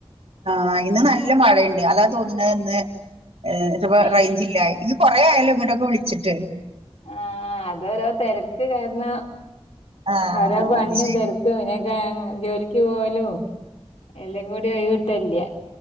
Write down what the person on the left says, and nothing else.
ഏ
ആഹ അതൊരോ തെരക്ക്‌ കാരണം
അവരാ പണിയും
തെരക്കും പിന്നൊക്കെ ജോലിക്ക് പോവലും എല്ലാം കൂടി ഒഴിവ് കിട്ടല്യ